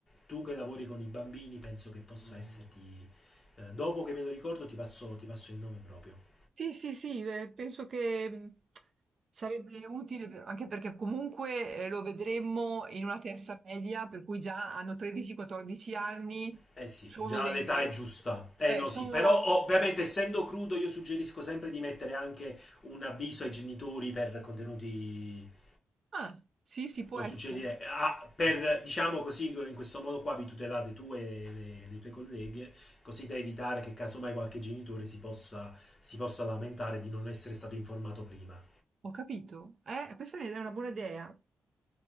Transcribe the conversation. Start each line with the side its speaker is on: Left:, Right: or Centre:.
Left: tu che lavori con i bambini penso che possa Mm. esserti... eh, dopo che me lo ricordo ti passo, ti passo il nome proprio.
Right: Sì, sì, sì, eh, penso che mh, sarebbe utile anche perché comunque eh, lo vedremmo in una terza media, per cui già hanno 13-14 anni,
Left: Eh sì,
Right: sono
Left: già
Right: dei...
Left: l'età è giusta.
Right: eh,
Left: Eh
Right: eh,
Left: no
Right: sono
Left: sì, però oh, ovviamente essendo crudo io suggerisco sempre di mettere anche un avviso ai genitori per contenuti...
Right: Ah, sì, sì, può
Left: Lo
Right: essere.
Left: suggerirei Ah, per, diciamo così, in questo modo qua vi tutelate tu e le, le tue colleghe, così da evitare che casomai qualche genitore si possa, si possa lamentare di non essere stato informato prima.
Right: Ho capito. Eh, questa è una buona idea.